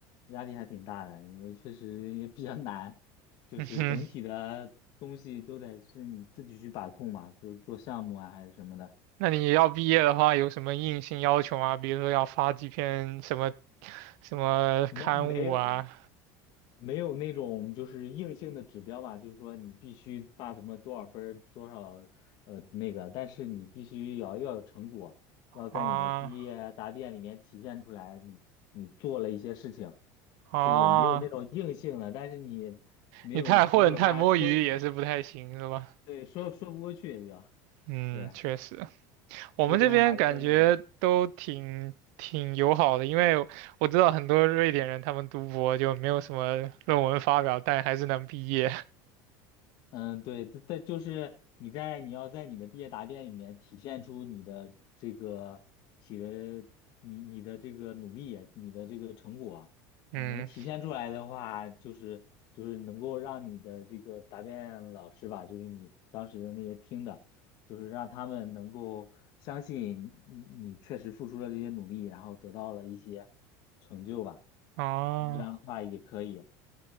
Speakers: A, on the left; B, on the right.
A: 压力还挺大的，因为确实也比较难，就是整体的东西都得是你自己去把控嘛，
B: 嗯哼，
A: 就是做项目啊还是什么的，
B: 那你要毕业的话，有什么硬性要求吗？比如说要发几篇什么什么刊物啊？
A: 没没有没有那种就是硬性的指标吧，就是说你必须把怎么多少分儿多少呃那个，但是你必须要要有成果，要在你的毕业啊答辩里面体现出来你你做了一些事情，
B: 啊啊，
A: 这种没有那种硬性的，但是你没有成果的话，
B: 你太混太摸鱼也是不太行，
A: 说
B: 是吧？
A: 对说说不过去也就
B: 嗯，
A: 对，
B: 确实。我们这边感觉都挺挺友好的，
A: 最终还呃
B: 因为我知道很多瑞典人他们读博就没有什么论文发表，但还是能毕业。
A: 嗯，对，这这就是你在你要在你的毕业答辩里面体现出你的这个企的你你的这个努力，你的这个成果，
B: 嗯，
A: 你能体现出来的话，就是就是能够让你的这个答辩老师吧，就是你当时的那些听的，就是让他们能够相信你你确实付出了这些努力，然后得到了一些成就吧，
B: 哦，
A: 这样的话也可以。